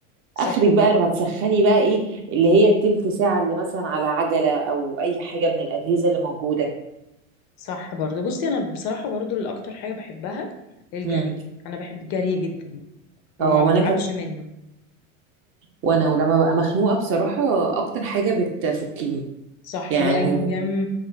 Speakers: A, on the left; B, on the right.
A: صح
B: آخرك بقى لو هتسخني بقى إيه اللي هي التلت ساعة اللي مثلا على عجلة أو أي حاجة من الأجهزة اللي موجودة
A: صح برضه بصي انا بصراحه برضه الاكتر حاجه بحبها الجري
B: مم.
A: انا بحب الجري جدا وما
B: اه وأنا
A: بتعبش
B: كمان
A: منه
B: وأنا ولما ببقى مخنوقة بصراحة أكتر حاجة بتفكني
A: صح
B: يعني
A: وايام